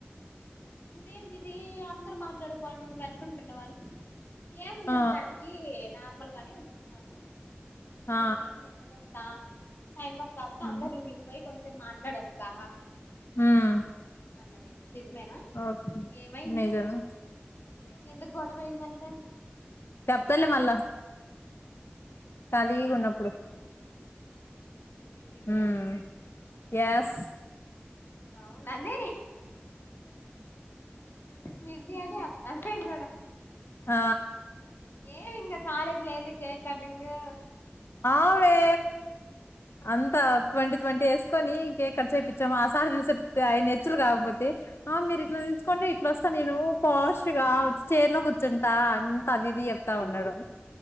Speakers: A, on the left; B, on the left.
A: ఇదేందిది అందురు మాట్లాడకపోవడం ఎట్టటుంటున్నావ్ అ ఏముంది
B: ఆ
A: ఉండడానికి నార్మల్ గానే ఉంటున్నాను
B: ఆ
A: మీన్తోటి నేర్చుకొ త టైం పాస్ కాపోతే
B: హ్మ్
A: అందరు రూమ్లుకి పోయి కొంతసేపు మాట్లాడొస్తా
B: హ్మ్
A: అన్నది నిజమేనా
B: ఓకే
A: ఏమైంది
B: నిజమే
A: ఎందుకు గొడవయిందంటే
B: చెప్తలే మళ్ళా ఖాళీగా ఉన్నప్పుడు
A: బిజీలే
B: ఉమ్మ్ ఎస్
A: అవ్ నందినీ మిర్యాని అన్న నేన్ గూడ
B: ఆ
A: లేదు ఇంగ కాలేజ్ లో ఎళ్ళి కేక్ కటింగు
B: అవే అంత ట్వంటీ ట్వంటీ ఎస్ కొని కేక్ కట్ చేయిపిచ్చామ ఆ సార్ చుసారు నెర్చులు కాకపోతే ఆ మీరు ఇట్లా నిల్చుకొండి ఇట్లా వస్త నేను ఫాస్ట్ గా వచ్చి చైర్లో కూర్చుంటా అంత విది చెప్తా ఉన్నాడో